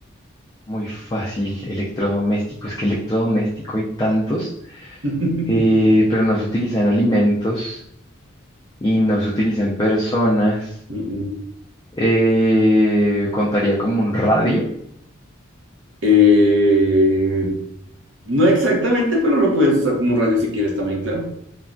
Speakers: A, on the left; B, on the right.
A: muy fácil, electrodoméstico. Es que electrodoméstico hay tantos,
B: <laughs>
A: eh, pero no se utiliza en alimentos y no se utiliza en personas.
B: Mm, mm.
A: eh, contaría como un radio,
B: eh, no exactamente, pero lo puedes usar como un radio si quieres también, claro.